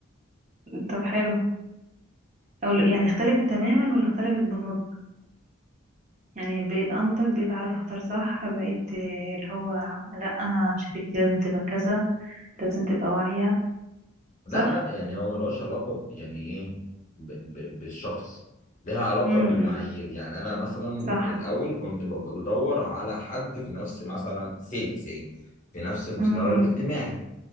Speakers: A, on the right; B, on the left.
A: طب حلو أو يعني اختلفت تماما ولا اختلفت بالنص يعني بقيت انضج بقيت اعرف اختار صح بقيت آه، اللي هو لا شريكتي لازم تبقى كذا لازم تبقى واعية
B: لا
A: صح
B: لا يعني هو ملوش علاقة ب- يعني إيه ب- ب- بالشخص لها علاقة
A: امم
B: بالمعايير يعني أنا مثلا
A: صح
B: الأول كنت بف- بدور على حد في نفس مثلا سي سي في نفس المستوى
A: امم
B: الاجتماعي